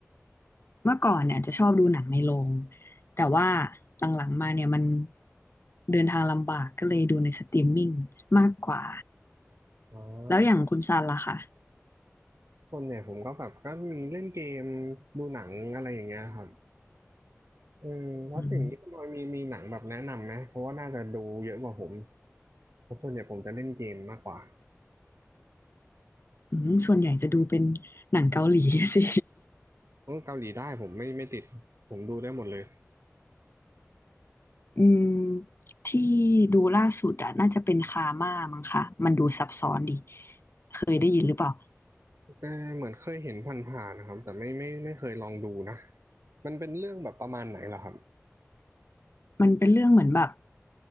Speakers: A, on the left; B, on the right.
A: เมื่อก่อนเนี่ยจะชอบดูหนังในโรง แต่ว่าหลังๆมาเนี่ยมันเดินทางลำบากก็เลยดูในสตรีมมิ่งมากกว่า
B: อ๋อ
A: แล้วอย่างคุณซันล่ะค่ะ
B: ส่วนใหญ่ผมก็แบบก็มีเล่นเกมดูหนังอะไรอย่างเงี้ยครับอืมแล้วอย่างนี้คุณออยมีมีหนังแบบแนะนำไหมเพราะว่าน่าจะดูเยอะกว่าผม
A: อืม
B: เพราะส่วนใหญ่ผมจะเล่นเกมมากกว่า
A: อืมส่วนใหญ่จะดูเป็นหนังเกาหลี <laughs> สิ
B: เออเกาหลีได้ผมไม่ไม่ติดผมดูได้หมดเลย
A: อืมที่ดูล่าสุดอะน่าจะเป็นคาม่ามั้งคะมันดูซับซ้อนดีเคยได้ยินหรือเปล่า
B: เออเหมือนเคยเห็นผ่านๆนะครับแต่ไม่ไม่ไม่เคยลองดูนะ มันเป็นเรื่องแบบประมาณไหนล่ะครับ
A: มันเป็นเรื่องเหมือนแบบ